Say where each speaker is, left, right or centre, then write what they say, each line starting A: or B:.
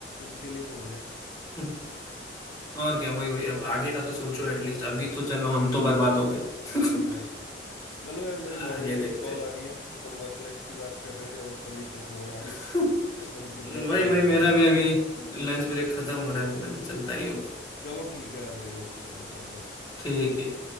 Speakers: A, on the left; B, on the left.
A: उनके लिए तो हो जाए
B: हम्म, और क्या वही वही अब आगे का तो सोचो एटलीस्ट अभी तो चलो हम तो बर्बाद हो गए
A: वो
B: <laughs>
A: ही यार चलो यार मेरी
B: आगे
A: मैनेजर
B: देखते
A: की कॉल
B: हैं
A: आ रही है अपन वर्क लाइफ की बात कर रहे थे और उसका बीच में फोन आ गया
B: <laughs>
A: तो अपन फिर
B: वही
A: करते हैं
B: वही
A: यार बाद
B: मेरा
A: में
B: भी अभी लंच ब्रेक खत्म हो रहा है तो मैं भी चलता ही हूँ
A: चलो ठीक है यार भाई ओके चलो बाय बाय
B: ठीक है